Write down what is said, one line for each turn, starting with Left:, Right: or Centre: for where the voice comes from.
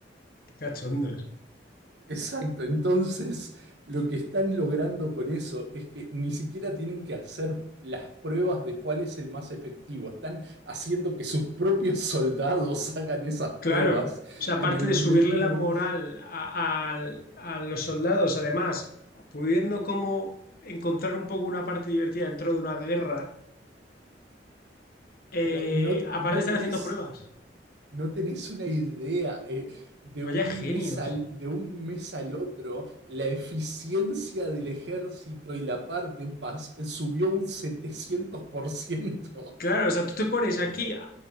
Left: qué cachondos.
Right: Exacto, entonces lo que están logrando con eso es que ni siquiera tienen que hacer las pruebas de cuál es el más efectivo, están haciendo que sus propios soldados <laughs> hagan esas
Left: Claro,
Right: pruebas
Left: o sea, aparte
Right: en el
Left: de
Right: medio
Left: subirle la
Right: del...
Left: moral a, al- a los soldados, además, pudiendo como encontrar un poco una parte divertida dentro de una guerra, eh,
Right: Pero no,
Left: aparte
Right: no
Left: están
Right: tenés,
Left: haciendo pruebas.
Right: no tenés una idea eh, de
Left: Vaya
Right: un
Left: genios.
Right: mes al, de un mes al otro, la eficiencia del ejército y la par de paz subió un setecientos por ciento.
Left: Claro, o sea, tú te pones aquí a